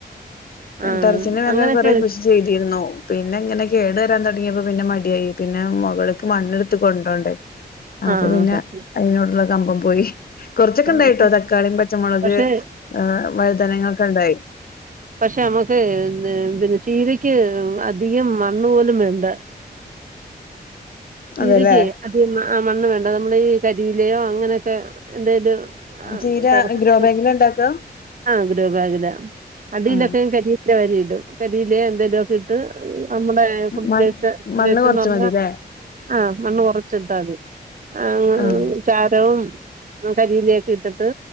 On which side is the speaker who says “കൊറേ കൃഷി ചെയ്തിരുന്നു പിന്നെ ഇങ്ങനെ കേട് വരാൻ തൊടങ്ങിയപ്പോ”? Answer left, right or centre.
Left